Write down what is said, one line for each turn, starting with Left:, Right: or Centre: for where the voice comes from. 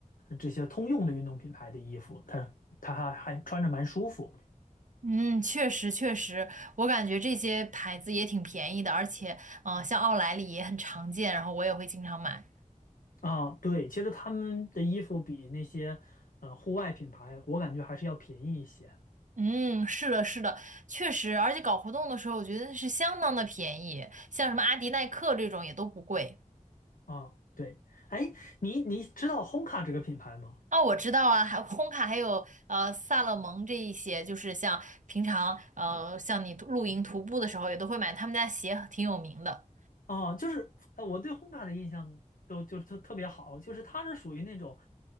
Left: 这些通用的运动品牌的衣服，它它还还穿着蛮舒服。
Right: 嗯，确实确实，我感觉这些牌子也挺便宜的，而且，嗯、像奥莱里也很常见，然后我也会经常买。
Left: 啊，对，其实他们的衣服比那些呃户外品牌，我感觉还是要便宜一些
Right: 嗯，是的，是的，确实，而且搞活动的时候，我觉得是相当的便宜，像什么阿迪、耐克这种也都不贵。
Left: 啊。对，哎，你你知道 h 卡这个品牌吗？
Right: 哦，我知道啊，还烘卡，还有呃萨乐蒙这一些，就是像平常呃像你露营徒步的时候，也都会买他们家鞋，挺有名的。
Left: 啊，就是呃我对 h 卡的印象都就特特别好，就是它是属于那种